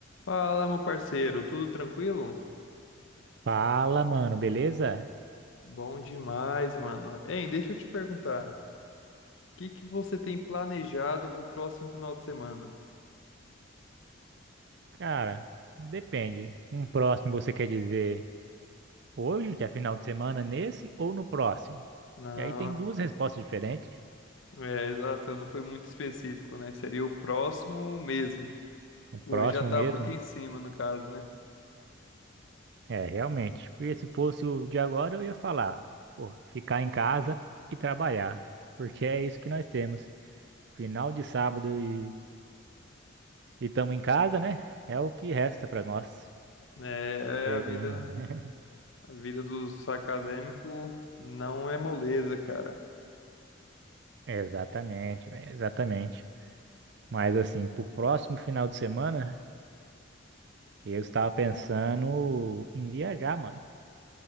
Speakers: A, on the left; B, on the right.
A: Fala, meu parceiro, tudo tranquilo?
B: Fala, mano, beleza?
A: Bom demais, mano. Hein, deixa eu te perguntar, o que que você tem planejado pro próximo final de semana?
B: Cara, depende. Um próximo você quer dizer hoje, que é final de semana, nesse ou no próximo?
A: Não,
B: E aí tem duas respostas diferentes.
A: é, exato, não foi muito específico, né? Seria o próximo mesmo.
B: O próximo
A: Hoje já tá
B: mesmo,
A: muito em cima, no caso, né?
B: é, realmente. Porque se fosse o de agora, eu ia falar, pô, ficar em casa e trabalhar. Porque é isso que nós temos. Final de sábado e estamos em casa, né? É o que resta para nós.
A: É,
B: E-
A: é a vida,
B: <laughs>
A: a vida dos acadêmicos não é moleza, cara.
B: Exatamente, véi, exatamente. Mas assim, pro próximo final de semana. E eu estava pensando em viajar, mano.